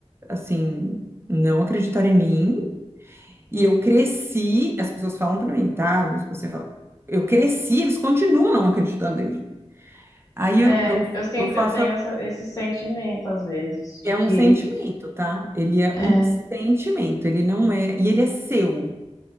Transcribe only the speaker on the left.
É,
eu sinto,
eu tenho
essa- esse sentimento às vezes
de que
é,